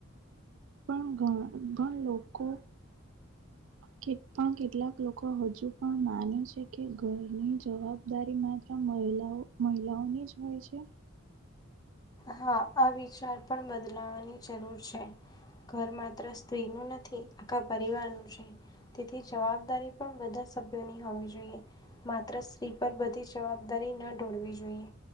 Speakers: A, on the right (about 70°); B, on the left (about 20°).
A: પણ ઘણા લોકો કે પણ કેટલાક લોકો હજુ પણ માને છે કે ઘરની જવાબદારી માત્ર મહિલાઓની જ હોય છે.
B: હા આ વિચાર પણ બદલાવાની જરૂર છે. ઘર માત્ર સ્ત્રી નું નથી આખા પરિવારનું છે. તેથી જવાબદારી પણ બધા સભ્યોની હોવી જોઈએ, માત્ર સ્ત્રી પર બધી જ જવાબદારી ના ઢોળવી જોઈએ,